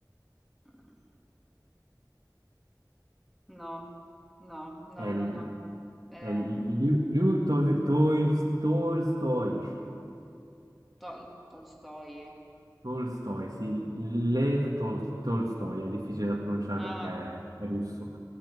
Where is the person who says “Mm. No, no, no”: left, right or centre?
Centre